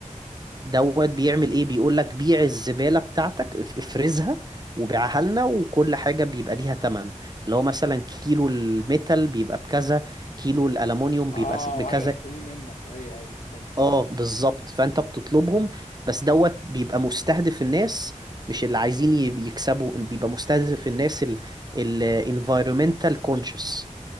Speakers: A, on the right; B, on the left.
A: دوت بيعمل ايه بيقول لك بيع الزبالة بتاعتك اف- افرزها وبيعها لنا وكل حاجة بيبقى ليها تمن اللي هو مثلا كيلو الميتال بيبقى بكذا كيلو الألمونيوم
B: اه
A: بيبقى س- بكذا
B: وهاجي اشتريه منك ايوه ايوه فاكر
A: اه بالظبط فانت بتطلبهم بس دوت بيبقى مستهدف الناس مش اللي عايزين ي- يكسبوا بيبقى مستهدف الناس ال ال environmental conscious